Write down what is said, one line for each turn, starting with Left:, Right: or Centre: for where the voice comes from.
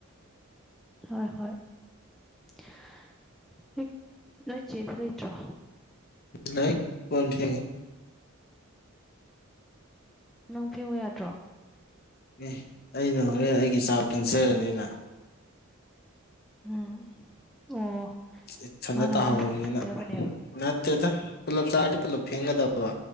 Centre: ꯍꯣꯏ ꯍꯣꯏ ꯍ ꯅꯣꯏ ꯏ ꯆꯦꯗ ꯂꯩꯇ꯭ꯔꯣ
Left: ꯂꯩ ꯀꯣꯟ ꯐꯦꯟꯉꯤ
Centre: ꯅꯪ ꯐꯦꯟꯎꯨ ꯌꯥꯗ꯭ꯔꯣ
Left: ꯑꯦ ꯑꯩꯅ ꯍꯣꯔꯦꯟ ꯑꯩꯒꯤ ꯆꯥ ꯐꯦꯟꯖꯔꯅꯤꯗꯅ
Centre: ꯎꯝ ꯑꯣ
Left: ꯢꯊꯥꯟꯇ
Centre: ꯃꯥꯅ
Left: ꯇꯍꯧꯔꯕꯅꯤꯅ
Centre: ꯃꯥꯅ ꯆꯥꯕ ꯐꯦꯡꯖꯕꯅꯦꯕ
Left: ꯅꯠꯇꯦꯗ ꯄꯨꯜꯂꯞ ꯆꯥꯔꯗꯤ ꯄꯨꯜꯂꯞ ꯐꯦꯡꯒꯗꯕ